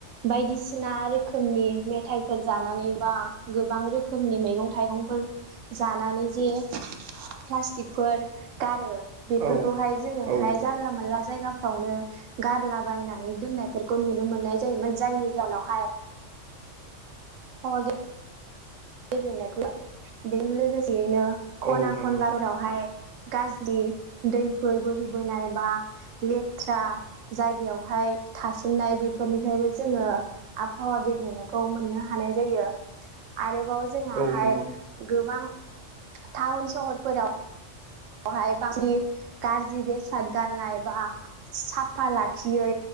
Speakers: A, on the right; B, on the right.
A: बायदिसिना रोखोमनि मेथायाइफोर जानानै बा गोबां रोखोमनि मैगं थाइगंफोर जानानै जे प्लास्टिकफोर गारो बेफोरखौहाय
B: औ
A: जोङोहाय
B: औ
A: जानला मोनला जायगाफ्रावनो गारलाबायनानै दोननायफोरखौ नुनो मोननाय जायोमोन। जायनि जाउनावहाय अह दे गोजोननायखौ बेजों लोगोसेयैनो ख'ना
B: औ नंगौ
A: खनलाफोराव बहाय गाज्रि दैफोर बोहैबोनाय बा लेथ्रा जायगायावहाय थासोमनाय बेफोरनिफ्रायबो जोंङो आबहावा गेब्रेनायखौ मोननो हानाय जायो आरोबाव जोंहाहाय
B: औ नंगौ
A: गोबां टाउन सहरफोराव बहाय बांसिन गाज्रि बेसाद गारनाय बा साफा लाखियै